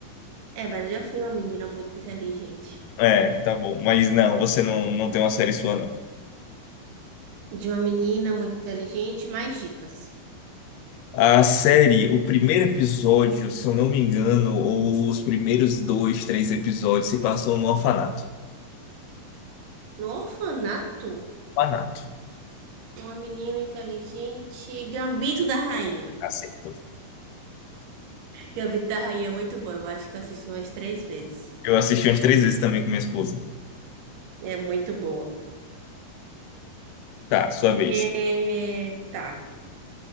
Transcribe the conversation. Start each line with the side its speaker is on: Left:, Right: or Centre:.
Right: É, mas eu já fui uma menina muito inteligente.
Left: É, tá bom. Mas não, você não, não tem uma série sua, não.
Right: De uma menina muito inteligente, mais dicas.
Left: A série, o primeiro episódio, se eu não me engano, ou os primeiros dois, três episódios se passam no orfanato.
Right: No orfanato,
Left: Orfanato.
Right: uma menina inteligente, Gambito da Rainha.
Left: Acertou.
Right: Gambito da Rainha é muito boa. eu acho que eu assisti umas três vezes.
Left: Eu assisti umas três vezes também com minha esposa.
Right: É muito boa.
Left: Tá, sua vez.
Right: É, tá.